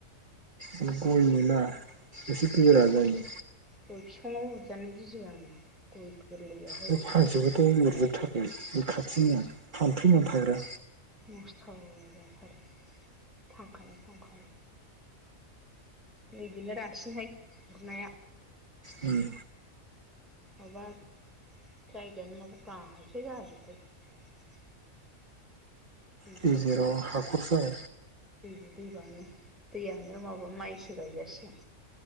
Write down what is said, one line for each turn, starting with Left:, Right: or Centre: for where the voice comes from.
Right: गय मोनला एसे बेरा जायो
Centre: गय बिफाङाव उरजानो गियो आङो गय गोरलैयावहाय
Right: बे फांसेखौथ' उरजोबथारबाय बे खाथिनिया थामफै मोनफाग्रा
Centre: नस्थ' जाथारो थांखानाय थांखानाय नैबेनो रासिनहाय उरनाया
Right: उम
Centre: माबा जायगायानो माबा गाहायसो जाजोब्बाय
Right: गेजेराव हाखर जाबाय
Centre: <unintelligible> दैबानो दैयानो माबा माइसो गायजासिगोन